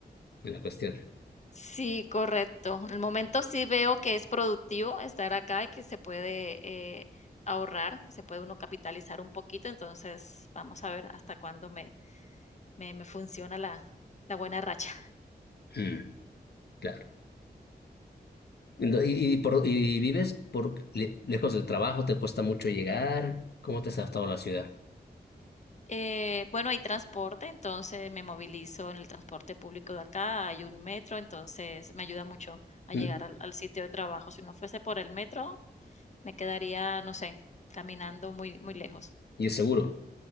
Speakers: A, on the left; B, on the left.
A: en la cuestión.
B: Sí, correcto. En el momento sí veo que es productivo estar acá y que se puede eh, ahorrar, que se puede uno capitalizar un poquito. Entonces, vamos a ver hasta cuándo me, me, me funciona la, la buena racha.
A: Mm, claro. Ento- Y, y por- y vives por le- lejos del trabajo, te cuesta mucho llegar. ¿Cómo te has adaptado a la ciudad?
B: Eh, bueno, hay transporte, entonces me movilizo en el transporte público de acá, hay un metro, entonces me ayuda mucho a
A: Mm,
B: llegar al, al sitio de trabajo. Si no fuese por el metro, me quedaría, no sé, caminando muy, muy lejos.
A: Y es seguro,